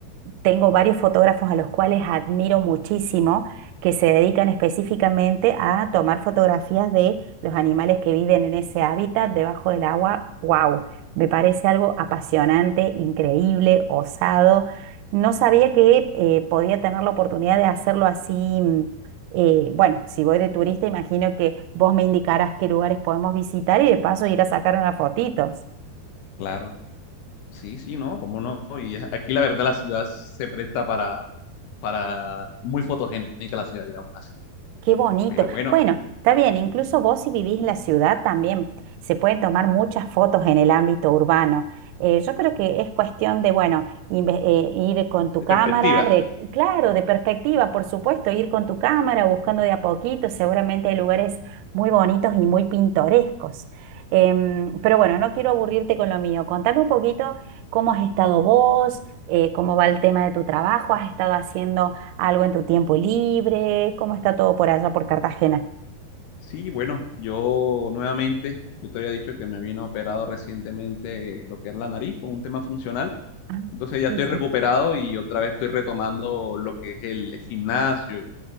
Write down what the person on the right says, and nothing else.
tengo varios fotógrafos a los cuales admiro muchísimo, que se dedican específicamente a tomar fotografías de los animales que viven en ese hábitat debajo del agua. ¡Wow! Me parece algo apasionante, increíble, osado. No sabía que eh, podía tener la oportunidad de hacerlo así. mm, eh, bueno, si voy de turista, imagino que vos me indicarás qué lugares podemos visitar y de paso ir a sacar unas fotitos.
Qué bonito.
Bueno, está bien, incluso vos si vivís en la ciudad también se pueden tomar muchas fotos en el ámbito urbano. Eh, yo creo que es cuestión de, bueno, inve- eh, ir con tu
cámara,
re- claro, de perspectiva, por supuesto, ir con tu cámara buscando de a poquito, seguramente hay lugares muy bonitos y muy pintorescos. Em, pero bueno, no quiero aburrirte con lo mío. Contame un poquito cómo has estado vos, eh, cómo va el tema de tu trabajo, has estado haciendo algo en tu tiempo libre? ¿Cómo está todo por allá por Cartagena?
Ah,
sí,
sí,